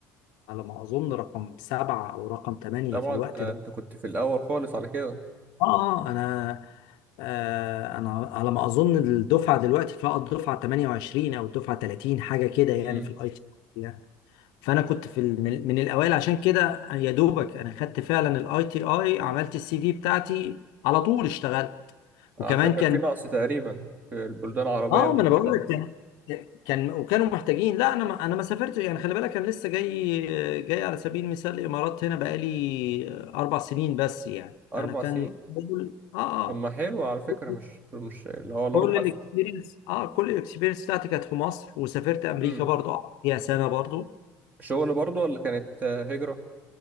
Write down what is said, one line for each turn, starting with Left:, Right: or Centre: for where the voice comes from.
Left: على ما اظن رقم سبعة او رقم ثمانية
Right: طبعا
Left: في الوقت
Right: انت أنت
Left: ده
Right: كنت في الاول خالص على كده
Left: اه آه، انا آه انا على ما اظن الدفعه دلوقتي فيها الدفعه 28 او الدفعه 30 حاجه كده يعني
Right: امم
Left: في الاي تي يعني فانا كنت في ال- من من الاوائل عشان كده يا دوبك انا خدت فعلا الاي تي اي عملت السي في بتاعتي على طول اشتغلت وكمان
Right: عشان كان
Left: كان
Right: في نقص تقريبا في البلدان العربيه
Left: اه
Right: وكده
Left: ما انا بقول لك كان كان وكانوا محتاجين لا انا ما انا ما سافرتش يعني خلي بالك انا لسه جاي جاي على سبيل المثال الامارات هنا بقالي اربع سنين بس يعني
Right: اربع
Left: انا كان
Right: سنين
Left: اه
Right: طب ما حلو على فكره
Left: اه
Right: مش مش اللي هو الاربع
Left: كل الاكسبيرينس اه كل الاكسبيرينس بتاعتي كانت في مصر وسافرت امريكا
Right: سنين
Left: برضو قعدت فيها سنه برضو
Right: شغل برضه ولا كانت آه، هجرة